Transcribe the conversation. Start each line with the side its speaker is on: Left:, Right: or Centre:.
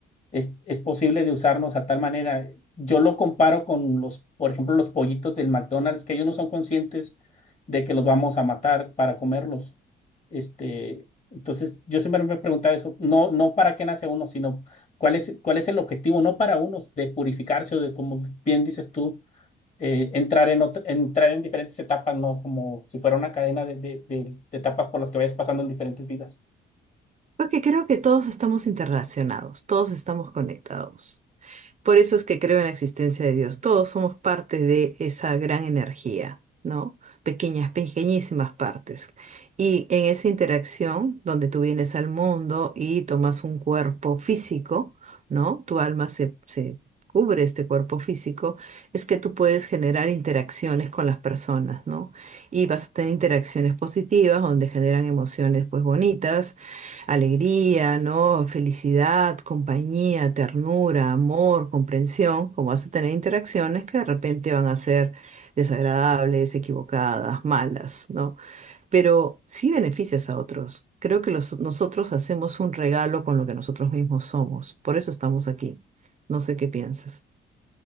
Left: es, es posible de usarnos a tal manera? Yo lo comparo con los, por ejemplo, los pollitos del McDonald's, que ellos no son conscientes de que los vamos a matar para comerlos. Este, entonces, yo siempre me he preguntado eso, no, no para qué nace uno, sino cuál es, cuál es el objetivo, no para unos de purificarse o de, como bien dices tú, eh, entrar, en otra- entrar en diferentes etapas, ¿no? Como si fuera una cadena de, de- de- de etapas por las que vayas pasando en diferentes vidas.
Right: Porque creo que todos estamos interrelacionados, todos estamos conectados. Por eso es que creo en la existencia de Dios. Todos somos parte de esa gran energía, ¿no? Pequeñas, pequeñísimas partes. Y en esa interacción donde tú vienes al mundo y tomas un cuerpo físico, ¿no? Tu alma se, se cubre este cuerpo físico, es que tú puedes generar interacciones con las personas, ¿no? Y vas a tener interacciones positivas donde generan emociones pues bonitas alegría, ¿no? Felicidad, compañía, ternura, amor, comprensión, como vas a tener interacciones que de repente van a ser desagradables, equivocadas, malas, ¿no? Pero sí beneficias a otros. Creo que los- nosotros hacemos un regalo con lo que nosotros mismos somos. Por eso estamos aquí. No sé qué piensas.